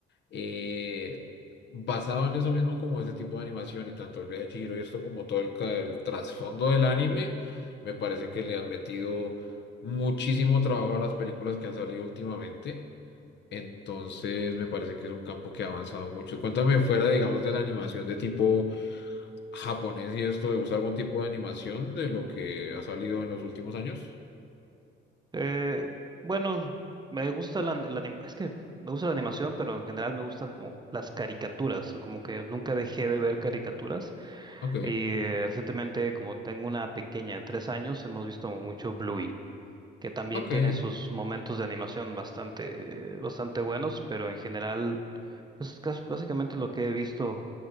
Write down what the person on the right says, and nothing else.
Eh, bueno, me gusta la, la anim- es que me gusta la animación, pero en general me gustan como las caricaturas, ¿no? como que nunca dejé de ver caricaturas.
Y eh, recientemente, como tengo una pequeña de tres años, hemos visto mucho Bluey, que también
tiene sus momentos de animación bastante, eh, bastante buenos, pero en general, pues es casi- básicamente lo que he visto